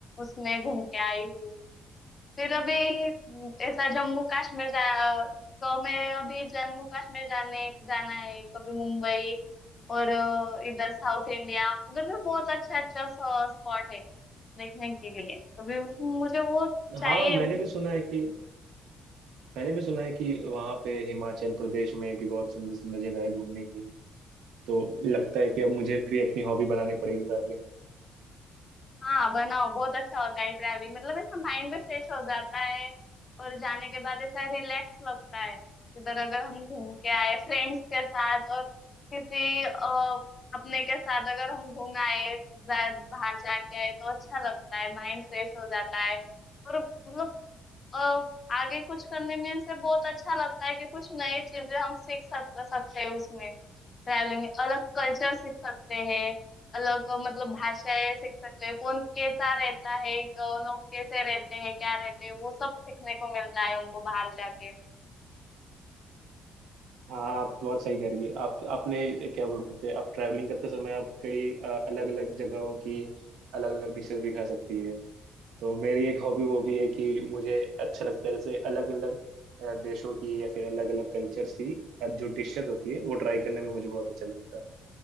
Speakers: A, on the left; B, on the right.
A: उसमें घूम के आई हूँ फिर अभी हम्म, ऐसा जम्मू कश्मीर जा तो मैं अभी जम्मू कश्मीर जाने जाना है कभी मुंबई और अ, इधर साउथ इंडिया उधर भी बहुत अच्छा अच्छा स्पॉट है देखने के लिए अभी मुझे वो चाहिए
B: हाँ मैंने भी सुना है कि मैंने भी सुना है कि वहाँ पे हिमाचल प्रदेश में भी बहुत सुंदर सुंदर जगह है घूमने की तो लगता है कि अब मुझे भी अपनी हॉबी बनानी पड़ेगी ट्रैवलिंग
A: हाँ बनाओ बहुत अच्छा होता है ट्रैवलिंग मतलब ऐसा माइंड भी फ्रेश हो जाता है और जाने के बाद ऐसा रिलैक्स लगता है इधर अगर हम घूम के आए फ्रेंड्स के साथ और किसी अ, अपने के साथ अगर हम घूम आए जा- बाहर जाके आए तो अच्छा लगता है माइंड फ्रेश हो जाता है और मतलब अ, आगे कुछ करने में से बहुत अच्छा लगता है कि कुछ नई चीजें हम सीख सक सकते हैं उसमें ट्रैवलिंग में अलग कल्चर सीख सकते हैं अलग अ, मतलब भाषाएं सीख सकते हैं कौन कैसा रहता है अ, लोग कैसे रहते हैं क्या रहते हैं वो सब सीखने को मिलता है उनको बाहर जाके
B: हाँ आप बहुत सही कह रही है आप आपने क्या बोलते हैं आप ट्रैवलिंग करते समय आप कई अलग अलग जगहों की अलग अलग डिशेस भी खा सकती है तो मेरी एक हॉबी वो भी है कि मुझे अच्छा लगता है जैसे अलग अलग देशों की या फिर अलग अलग कल्चर्स की अ, जो डिशेस होती है वो ट्राई करने में मुझे बहुत अच्छा लगता है